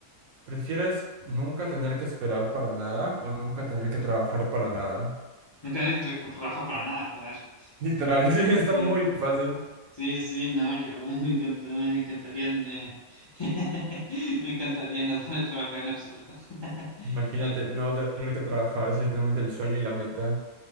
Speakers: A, on the right; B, on the left.
A: ¿Prefieres nunca tener que esperar para nada o nunca tener que trabajar para nada?
B: Nunca me tra- trabaja para nada, joder.
A: Literal,
B: <laughs>
A: <laughs> sí, está
B: Sí,
A: muy fácil.
B: sí, sí, no, yo <laughs> me encanta, me encantaría, eh, <laughs> me encantaría no poder trabajar en absoluto. <laughs>
A: Imagínate
B: Ah,
A: no tener que trabajar. Es literalmente el sueño y la meta.